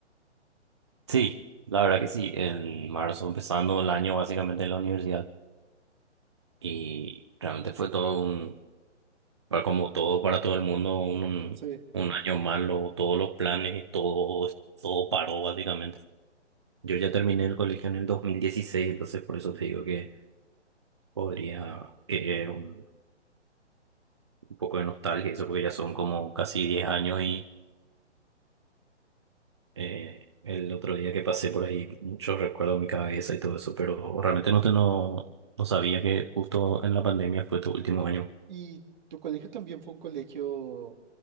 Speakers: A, on the right (about 25°); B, on the right (about 40°).
A: Sí, la verdad que sí, en marzo empezando el año básicamente en la universidad y realmente fue todo un, para- como todo para todo el mundo, un, un
B: Sí.
A: un año malo, todos los planes, todo, todo paró básicamente. Yo ya terminé el colegio en el 2016, entonces por eso te digo que podría, que un- un poco de nostalgia, eso porque ya son como casi 10 años y eh, el otro día que pasé por ahí, muchos recuerdos en mi cabeza y todo eso, pero realmente no, te, no, no sabía que justo en la pandemia fue tu último año.
B: y tu colegio también fue un colegio,